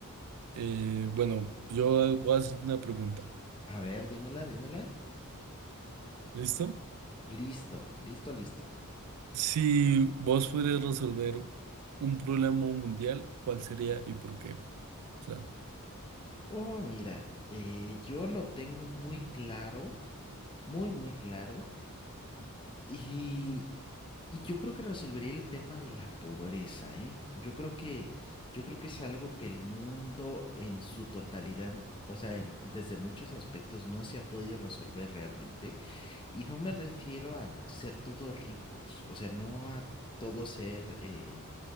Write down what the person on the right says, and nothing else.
eh, bueno, yo voy a hacer una pregunta.
¿Listo?
Si vos pudieras resolver un problema mundial, ¿cuál sería y por qué? O sea,